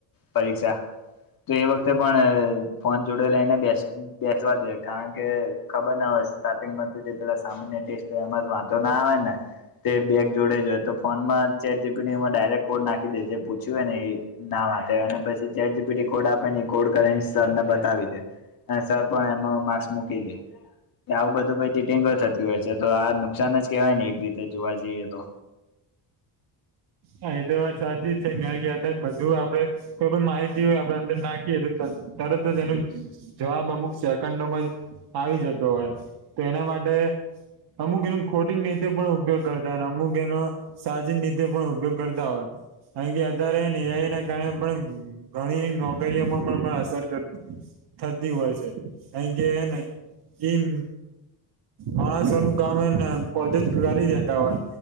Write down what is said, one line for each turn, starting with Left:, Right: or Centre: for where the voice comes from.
Left: પરીક્ષા. તો એ વખતે પણ ફોન જોડે લઈને બેસે. બેસવા જોઈએ કારણ કે ખબર ના હોય સ્ટાર્ટિંગમાં તો જે પેલા સામાન્ય ટેસ્ટ હોય એમાં તો વાંધો ના આવે ને. તે બેગ જોડે જો હોય તો ફોનમાં ચેટ જી પી ટી એમાં ડાયરેક્ટ કોડ નાખી દે જે પૂછ્યું હોય ને એ. ના વાંચે અને પછી ChatGPT code આપે ને કોડ કરીેને સરને બતાવી દે. હ સર પણ એમાં માર્ક્સ મૂકી દે, આવું બધું ચીગો થતી હોય છે તો આ નુકસાન જ કેવાય ને એક રીતે તે જોવા જઈએ તો.
Right: હા એ તો વાર સાચી જ છે. કારણ કે અત્યારે બધું આપડે કોઈ પણ માહિતી હોય આપડે અંદર નાખીએ તરત એનું જવાબ અમુક સેકન્ડોમાં આવી જતો હોય તો તેના માટે અમુક એનો ખોટી નીતે પણ ઉપયોગ કરતા અમુક એનો સાચી નિતે પણ ઉપયોગ કરતા હોય કારણ કે અત્યારે નિણયના કારણે પણ ઘણી નોકરીઓમાં પણ પણ અસર થતી હોય છે. કારણ કે એને એમ માણસો નું કામ એને પોતે જ કરી દેતા હોય